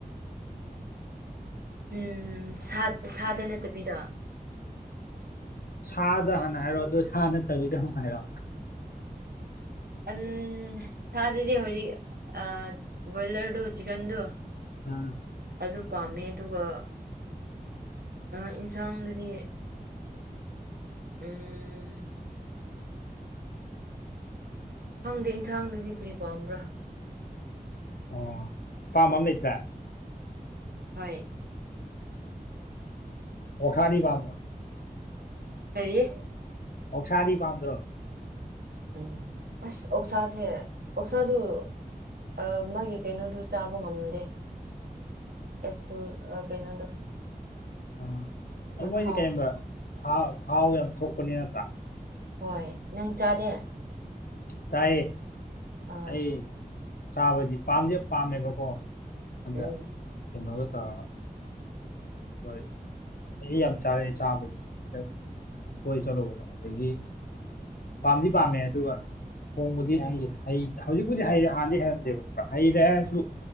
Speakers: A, on the right; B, on the left.
A: ꯎꯝ ꯁꯥ ꯁꯥꯗ ꯅꯠꯇꯕꯤꯗ
B: ꯁꯥꯗ ꯍꯥꯟꯅ ꯍꯥꯏꯔꯣ ꯑꯗꯨ ꯁꯥ ꯅꯠꯇꯕꯤꯗ ꯑꯃꯨꯛ ꯍꯥꯏꯔꯣ
A: ꯑꯟ ꯁꯥꯗꯗꯤ ꯍꯧꯖꯤꯛ ꯑ ꯕꯣꯏꯂꯔꯗꯣ ꯆꯤꯀꯟꯗꯨ
B: ꯎꯝ
A: ꯑꯗꯨ ꯄꯥꯝꯃꯦ ꯑꯗꯨꯒ ꯑ ꯏꯟꯁꯥꯡꯗꯗꯤ꯫ ꯎꯝ ꯈꯪꯗꯦ ꯏꯟꯁꯥꯡꯗꯗꯤ ꯀꯔꯤ ꯄꯥꯝꯕ꯭ꯔꯥ꯫
B: ꯑꯣ ꯄꯥꯝꯕ ꯑꯝ ꯂꯩꯇ꯭ꯔꯦ꯫
A: ꯍꯣꯏ
B: ꯑꯣꯛꯁꯥꯗꯤ ꯄꯥꯝꯕꯔ꯭꯫
A: ꯀꯔꯤꯌꯦ
B: ꯑꯣꯛꯁꯥꯗꯤ ꯄꯥꯝꯗ꯭ꯔꯣ
A: ꯎꯝ ꯑꯁ ꯑꯣꯛꯁꯥꯁꯦ ꯑꯣꯛꯁꯥꯗꯨ꯫ ꯑꯥ ꯃꯥꯒꯤ ꯀꯩꯅꯣꯗꯨ ꯆꯥꯕ ꯉꯝꯗꯦ꯫ ꯑꯦꯞꯁꯁꯨꯜ ꯑꯥ ꯀꯩꯅꯣꯗꯣ꯫
B: ꯑ ꯑꯗꯨ
A: ꯃꯊꯥꯎꯗꯣ
B: ꯃꯣꯏꯗꯤ ꯀꯩꯒꯨꯝꯕ ꯊꯥ ꯊꯥꯎ ꯌꯥꯝ ꯊꯣꯛꯄꯅꯤ ꯅꯠꯇ꯭ꯔꯥ꯫
A: ꯍꯣꯏ ꯅꯪ ꯆꯥꯗꯦ꯫
B: ꯆꯥꯏꯌꯦ
A: ꯑꯥ
B: ꯑꯩ ꯆꯥꯕꯗꯤ ꯄꯥꯝꯗꯤ ꯄꯥꯝꯃꯦꯕꯀꯣ꯫ ꯍꯟꯗꯛ
A: ꯎꯝ
B: ꯀꯩꯅꯣꯒ ꯇꯧꯔꯒ ꯫ ꯂꯣꯏ ꯑꯩ ꯌꯥꯝ ꯆꯥꯔꯑꯦ ꯆꯥꯕꯗꯤ ꯍꯟꯗꯛ ꯀꯣꯏ ꯆꯠꯂꯨꯕꯗ ꯑꯗꯒꯤ ꯄꯥꯝꯗꯤ ꯄꯥꯝꯃꯦ ꯑꯗꯨꯒ ꯊꯣꯡꯕꯗꯤ ꯍꯩ ꯍꯩ ꯍꯧꯖꯤꯛꯄꯨꯗꯤ ꯍꯩꯔꯦ ꯍꯥꯟꯅꯗꯤ ꯍꯩꯔꯝꯗꯦꯕ ꯈꯪꯕꯔ꯭ꯥ ꯍꯩꯔꯦ ꯍꯥꯏꯔꯁꯨ꯫